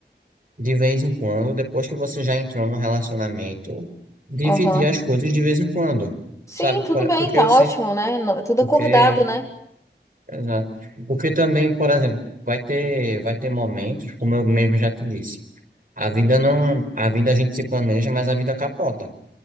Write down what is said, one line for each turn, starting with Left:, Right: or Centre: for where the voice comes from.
Right: De vez em quando, depois que você já entrou no relacionamento, dividir
Left: aham.
Right: as coisas de vez em quando,
Left: Sim,
Right: sabe?
Left: tudo
Right: Por-
Left: bem,
Right: Porque
Left: tá
Right: eu
Left: ótimo,
Right: sei,
Left: né? No- Tudo
Right: porque,
Left: acordado, né?
Right: exato. porque também, por exemplo, vai ter, vai ter momentos, como eu mesmo já te disse, a vida não, a vida a gente se planeja, mas a vida capota.